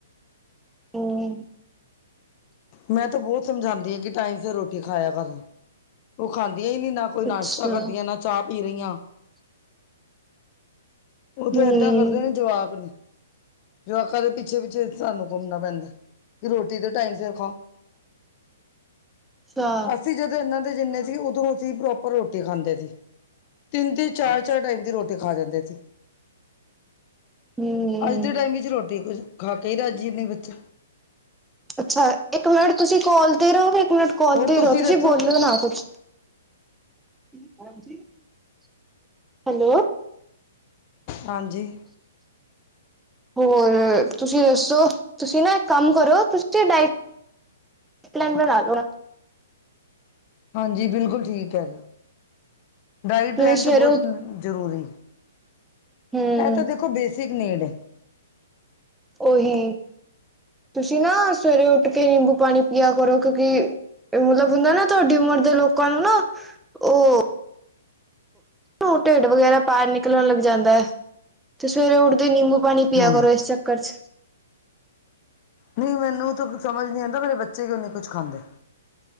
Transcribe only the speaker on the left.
ਮੈਂ ਤਾਂ ਬੋਤ ਸਮਝਾਦੀ ਹਾਂ ਕਿ ਟਾਈਮ ਸਿਰ ਰੋਟੀ ਖਾਇਆ ਕਰ ਨ ਉਹ ਖਾਂਦੀਆਂ ਹੀ ਨਹੀਂ ਨਾ। ਕੋਈ ਨਾਸ਼ਤਾ
ਕਰਦੀਆਂ ਨਾ ਚਾਹ ਪੀਦੀਆਂ। ਉਹਤੇ
ਏਦਾਂ ਕਰਦੇ ਨੇ ਜਵਾਕ ਨੀ ਜਵਾਕਾਂ ਦੇ ਪਿੱਛੇ, ਪਿੱਛੇ ਸਾਨੂੰ ਘੁੰਮਣਾ ਪੈਂਦਾ ਕਿ ਰੋਟੀ ਦੇ ਟਾਈਮ ਸਿਰ ਖਾਓ। <inaudible>
ਤੇ ਜਦੋਂ ਇਹਨਾਂ ਦੇ ਜਿੰਨੇ ਸੀ, ਉਦੋਂ ਅਸੀਂ ਪ੍ਰੋਪਰ ਰੋਟੀ ਖਾਂਦੇ ਸੀ। ਤਿੰਨ-ਤਿੰਨ, ਚਾਰ-ਚਾਰ ਟਾਈਮ ਦੀ ਰੋਟੀ ਖਾ ਜਾਂਦੇ ਸੀ।
ਜ ਦੇ ਟਾਈਮ ਵਿੱਚ ਰੋਟੀ ਕੁਝ ਖਾ ਕੇ ਹੀ ਰਾਜੀ ਨੀ ਬੱਚਾ।
ਹੋਰ
ਦੱਸੋ
<inaudible>
ਹਾਂਜੀ।
ਹਾਂਜੀ ਬਿਲਕੁਲ ਠੀਕ ਐ, ਡਾਇਟ
ਪਲੈਨ
ਤਾਂ ਬਹੁਤ ਆ ਜ਼ਰੂਰੀ।
ਐ ਤਾਂ ਦੇਖੋ ਬੇਸਿਕ ਨੀਡ ਐ।
ਹਾਂਜੀ
ਨਈ ਮੈਨੂੰ ਤਾਂ ਕੁਛ ਸਮਝ ਨਹੀਂ ਆਂਦਾ ਮੇਰੇ ਬੱਚੇ ਕਿਉਂ ਨਹੀਂ ਨੀ ਕੁਛ ਖਾਂਦੇ।